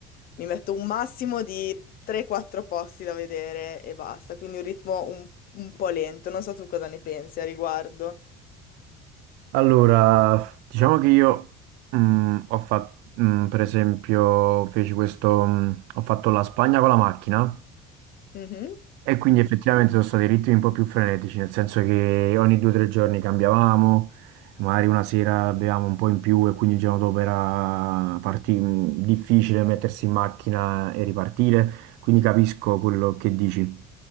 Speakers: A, on the left; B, on the right.
A: mi metto un massimo di 3-4 posti da vedere e basta. Quindi un ritmo un, un po' lento. Non so tu cosa ne pensi a riguardo.
B: Allora, diciamo che io mm, ho fatto, per esempio, feci questo, mm, ho fatto la Spagna con la macchina
A: Mhm,
B: E quindi effettivamente sono stati ritmi un po' più frenetici, nel senso che ogni due o tre giorni cambiavamo, magari una sera bevevamo un po' in più e quindi il giorno dopo era parti- mh, difficile mettersi in macchina e ripartire, quindi capisco quello che dici.